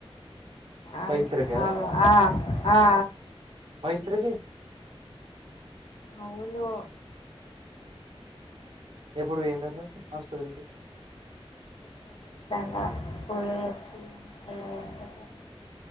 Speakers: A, on the left (about 60°); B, on the right (about 65°).
A: ఆ
B: పవిత్రకా
A: అవ ఆ ఆ ఆ
B: వైత్రగి
A: అవును
B: ఎప్పుడు వేయిందట హాస్పిటల్ కి
A: అ పోయే వచ్చి అయ్యే చెప్పలి